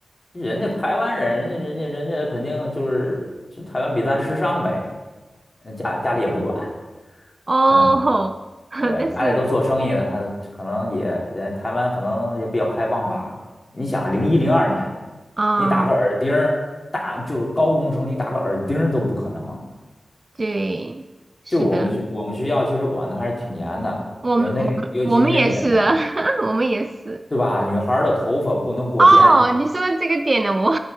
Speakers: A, on the left; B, on the right.
A: 人家台湾人，人家人家人家肯定就是就台湾比咱时尚呗，嗯家家里也不管，
B: 哦吼
A: 可能是
B: <laughs>，
A: 对家里都做生意的，
B: 但是
A: 他可能也人台湾可能也比较开放吧。你想零一零二年，
B: 啊，
A: 你打个耳钉儿，大就是高中生，你打个耳钉儿都不可能。
B: 对，是的，
A: 就是我们学我们学校其实管的还是挺严的，
B: 我们我们我们也是的，
A: 因为那个尤其是那个年代，
B: <laughs> 我们也是。
A: 对吧？女孩儿的头发不能过肩
B: 哦，你说到这个点呢，我